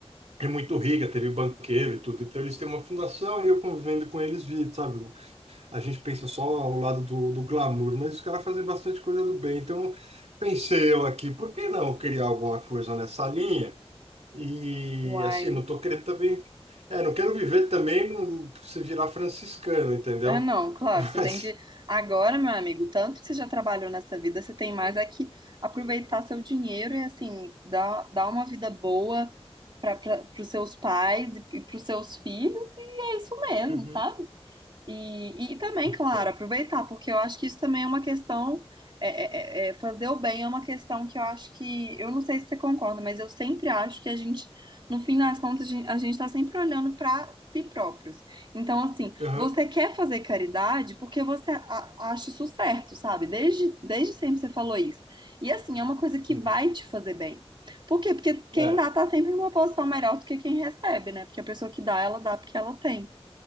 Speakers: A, on the right; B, on the right.
A: É muito rica, teve banqueiro e tudo. Então, eles têm uma fundação e eu convivendo com eles vi, sabe? a gente pensa só ao lado do, do glamour, mas os caras fazem bastante coisa do bem. Então, pensei eu aqui, por que não criar alguma coisa nessa linha? E
B: Uai.
A: assim, não tô querendo também. É, não quero viver também num- se virar franciscano, entendeu?
B: Ah, não, claro,
A: <laughs>
B: você
A: Mas,
B: tem que. Agora, meu amigo, tanto que você já trabalhou nessa vida, você tem mais é que aproveitar seu dinheiro e, assim, dar, dar uma vida boa para os seus pais e, e para os seus filhos, e é isso mesmo,
A: Uhum.
B: sabe? E, e também,
A: então.
B: claro, aproveitar, porque eu acho que isso também é uma questão. é- é- é- é, fazer o bem é uma questão que eu acho que. Eu não sei se você concorda, mas eu sempre acho que a gente, no fim das contas, a gente está sempre olhando para si próprios. Então, assim,
A: Aham.
B: você quer fazer caridade porque você a- acha isso certo, sabe? Desde, desde sempre você falou isso. E, assim, é uma coisa que
A: Uhum.
B: vai te fazer bem. Por quê? Porque quem
A: É,
B: dá tá sempre numa posição melhor do que quem recebe, né? Porque a pessoa que dá, ela dá porque ela tem.